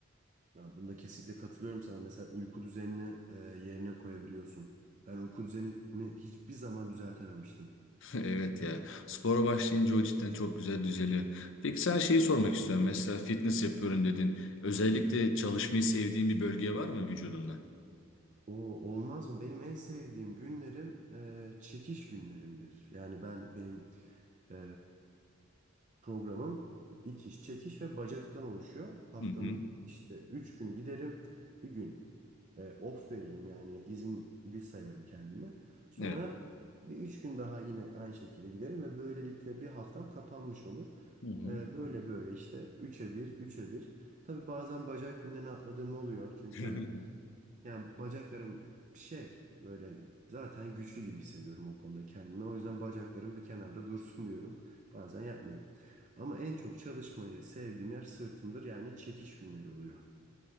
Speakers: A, on the right; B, on the left.
A: Ya bunda kesinlikle katılıyorum sana. Mesela uyku düzenini e, yerine koyabiliyorsun. Ben uyku düzenimi hiçbir zaman düzeltememiştim.
B: Evet ya. Spora başlayınca o cidden çok güzel düzeliyor. Peki sana şeyi sormak istiyorum. Mesela fitness yapıyorum dedin. Özellikle çalışmayı sevdiğin bir bölge var mı vücudunda?
A: O olmaz mı? Benim en sevdiğim günlerim e, çekiş günlerimdir. Yani ben benim e, programım itiş, çekiş ve bacaktan oluşuyor. Haftanın
B: Hı hı.
A: işte 3 günü giderim. Bir gün E, off veririm yani izinli sayarım kendime. Sonra
B: Evet.
A: bir üç gün daha yine aynı şekilde giderim ve böylelikle bir haftam kapanmış olur.
B: Hı hı.
A: E, böyle böyle işte üçe bir, üçe bir. Tabii bazen bacak günlerini atladığım oluyor. Çünkü
B: <laughs>
A: yani bacaklarım şey böyle zaten güçlü gibi hissediyorum o konuda kendimi. O yüzden bacaklarım bir kenarda dursun <laughs> diyorum. Bazen yapmıyorum. Ama en çok çalışmayı sevdiğim yer sırtımdır. Yani çekiş günleri oluyor.